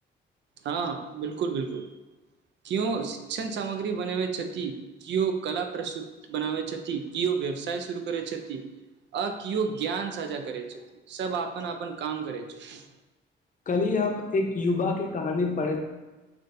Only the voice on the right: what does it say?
हँ बिलकुल बिलकुल कियो शिक्षण सामग्री बनेवति छथि कियो कला प्रस्तुति बनाबे छथि कियो व्यवसाय शुरू करैत छथि अ किओ ज्ञान साझा करै छथिन सब अपन अपन काम करै छथिन